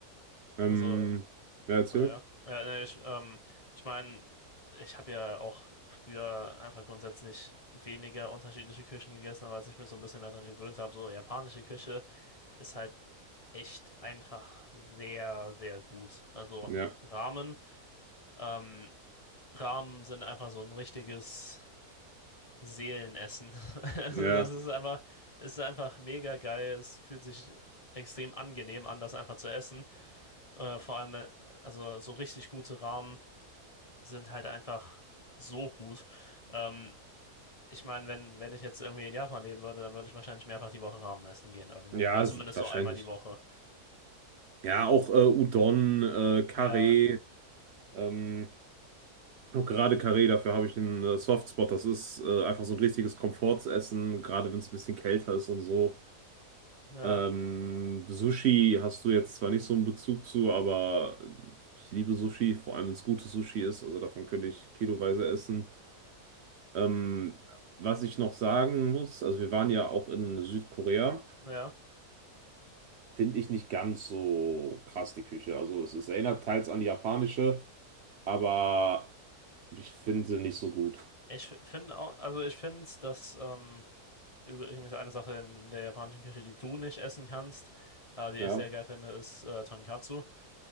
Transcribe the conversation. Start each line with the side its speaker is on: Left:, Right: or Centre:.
Right: Ähm,
Left: Also,
Right: wer
Left: oder
Right: erzählt?
Left: ja. Ja, nee, ich, ähm, ich meine, ich habe ja auch früher einfach grundsätzlich weniger unterschiedliche Küchen gegessen, aber als ich mich so ein bisschen mehr daran gewöhnt habe, so japanische Küche ist halt echt einfach sehr, sehr gut. Also
Right: Ja,
Left: Ramen, ähm, Ramen sind einfach so ein richtiges. Seelen essen. <laughs> Also
Right: ja,
Left: das ist einfach, ist einfach mega geil. Es fühlt sich extrem angenehm an, das einfach zu essen. Äh, vor allem, äh, also so richtig gute Ramen sind halt einfach so gut. Ähm, ich meine, wenn, wenn ich jetzt irgendwie in Japan leben würde, dann würde ich wahrscheinlich mehrfach die Woche Ramen essen gehen irgendwo.
Right: ja,
Left: Oder zumindest
Right: s- wahrscheinlich.
Left: so einmal die Woche.
Right: Ja, auch äh, Udon, äh, Carré,
Left: Ja,
Right: ähm, auch gerade Carré, dafür habe ich einen äh, Softspot. Das ist äh, einfach so ein richtiges Komfortsessen, gerade wenn es ein bisschen kälter ist und so.
Left: ja,
Right: Ähm, Sushi hast du jetzt zwar nicht so einen Bezug zu, aber ich liebe Sushi, vor allem wenn es gutes Sushi ist. Also davon könnte ich kiloweise essen. Ähm, was ich noch sagen muss, also wir waren ja auch in Südkorea,
Left: ja.
Right: finde ich nicht ganz so krass die Küche. Also es, es erinnert teils an die japanische, aber ich finde sie nicht so gut.
Left: Ich finde auch, also ich finde, dass ähm, Übrigens eine Sache in der japanischen Küche, die du nicht essen kannst, äh, die ich
Right: Ja,
Left: sehr geil finde, ist äh, Tonkatsu.